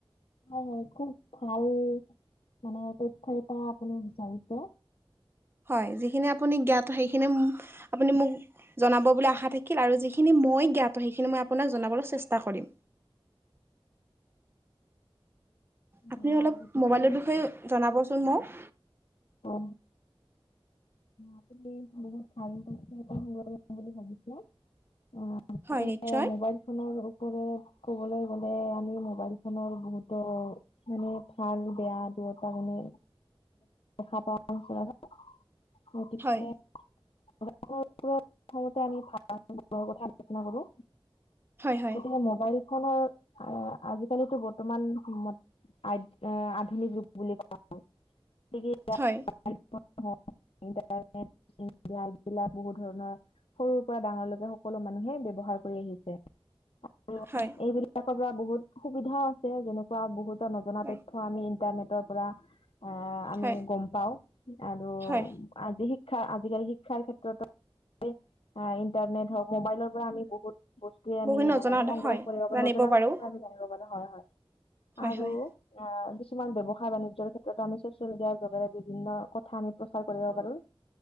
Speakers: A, on the left; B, on the right.
A: হয় হয় খুব ভাল মানে তথ্য এটা আপুনি বিচাৰিছে।
B: হয় যিখিনি আপুনি জ্ঞাত সেইখিনি মো আপুনি মোক জনাব বুলি আশা থাকিল আৰু যিখিনি মই জ্ঞাত সেইখিনি মই আপোনাক জনাবলৈ চেষ্টা কৰিম। আপুনি
A: অ'
B: অলপ
A: গতিকে
B: মোবাইলৰ বিষয়ে জনাবচোন মোক।
A: অ আপুনি বহুত ভাল পাইছে এটা সংগ্ৰহ <unintelligible> বুলি ভাবিছে অ গতিকে
B: হয় নিশ্চয়
A: মোবাইল ফোনৰ লগত ক'বলৈ গলে আমি মোবাইল ফোনৰ বহুতো মানে ভাল বেয়া দুয়োটা মানে দেখা পাওঁ যে গতিকে
B: হয়
A: সম আমি ভ্ৰৰ <unintelligible> কথা আলোচনা কৰো।
B: হয় হয়
A: গতিকে মোবাইল ফোনৰ আজিকালিতো বৰ্তমান সময়ত আ এ আধুনিক ৰূপ বুলি ক'বপাৰি গতিকে
B: হয়
A: এইবিলাক বহুত ধৰণৰ সৰুৰ পৰা ডাঙৰলৈকে সকলো মানুহে ব্যৱহাৰ কৰি আহিছে আৰু
B: হয়
A: এইবিলাকৰ পৰা বহুত সুবিধাও আছে যেনেকুৱা বহুত ত নজনা
B: হয়
A: তথ্য আমি ইনটাৰনেটৰ পৰা অ আমি
B: হয়
A: গম পাওঁ আৰু
B: হয়
A: আজি শিক্ষা আজিকালি শিক্ষাৰ ক্ষেত্ৰতো এ, ইণ্টাৰনেট হওঁক, মোবাইলৰপৰা আমি বহুত বস্তুৱে আমি
B: বহুত নজনা
A: মানে
B: কথা
A: সংগ্ৰহ
B: হয়
A: কৰিব পাৰি,
B: জানিব
A: নজনা
B: পাৰো
A: কথা আমি জানিব পাৰোঁ হয় হয়।
B: হয়
A: আৰু
B: হয়
A: আ, কিছুমান ব্যৱসায় বাণিজ্যৰ ক্ষেত্ৰত আমি <unintelligible> <unintelligible> দিয়াৰ যোগেৰে বিভিন্ন কথা আমি প্ৰচাৰ কৰিব পাৰোঁ।